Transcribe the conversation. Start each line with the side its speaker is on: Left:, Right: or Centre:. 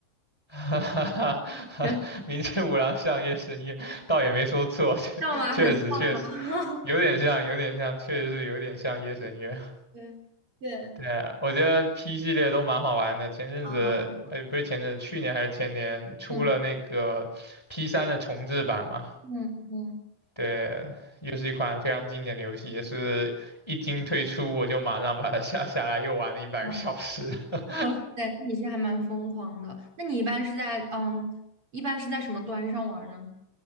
Centre: <laughs> 哈哈哈
Right: 对，
Centre: 哈，
Right: 对
Centre: <laughs> 明知无像相夜神月，倒也没说错，确确实确实
Right: 像吧，很像吧，
Centre: 有点像，有点像，确实是有点像夜神月。
Right: <laughs> 对对
Centre: 对，我觉得 P 系列都蛮好玩的。前阵子，
Right: 啊，
Centre: 呃，不是前阵子，去年还是前年出了那个
Right: 嗯
Centre: P 三的重制版嘛？
Right: 嗯嗯，
Centre: 对，又是一款非常经典的游戏，也是一经推出我就马上把它下下来，又玩了一百个小时。
Right: 啊，
Centre: <laughs>
Right: 哇塞，你是还蛮疯狂的。那你一般是在嗯，一般是在什么端上玩呢？